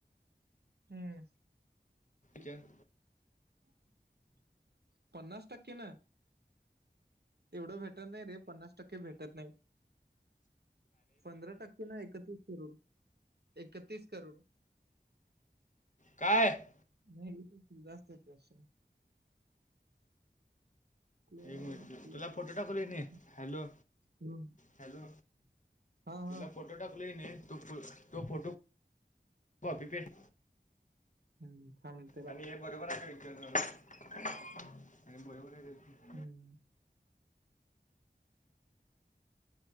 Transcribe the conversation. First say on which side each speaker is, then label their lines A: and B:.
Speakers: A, on the right; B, on the left.
A: हम्म
B: च्या <inaudible>
A: <inaudible> पन्नास टक्के ना एवढं भेट नाही रे पन्नास टक्के भेटत नाही. पंधरा टक्के ना एकतीस करोड एकतीस करोड
B: काय?
A: नाहीथ जास्त ते अस <unintelligible> क्लाॅड
B: मिनिट तुला
A: क्लाॅड
B: फोटो टाकलोय ने. हॅलो?
A: ह <inaudible>
B: हॅलो?
A: हा
B: तुला
A: हा
B: फोटो टाकले ईने तो फोटो काॅपी पेस्ट
A: हम्म सांत <inaudible>
B: आणि हे बरोबर आहे का? विचारजरा आणि बरोबर आहे का?
A: हम्म